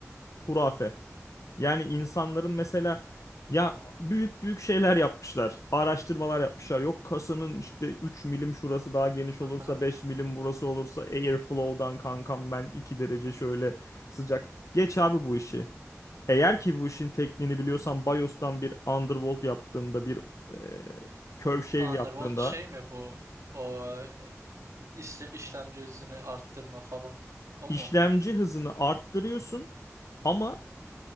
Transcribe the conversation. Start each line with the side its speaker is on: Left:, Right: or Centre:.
Left: Hurafe. Yani insanların mesela ya büyük büyük şeyler yapmışlar. Araştırmalar yapmışlar. Yok kasanın işte 3 milim şurası daha geniş
Right: Aha.
Left: olursa 5 milim burası olursa airflow'dan kankam ben 2 derece şöyle sıcak. Geç abi bu işi. Eğer ki bu işin tekniğini biliyorsan BIOS'tan bir undervolt yaptığında bir e, curve shave
Right: Underworld
Left: yaptığında
Right: şey mi bu? O işle, işlemci hızını arttırma falan. O
Left: işlemci
Right: mu?
Left: hızını arttırıyorsun ama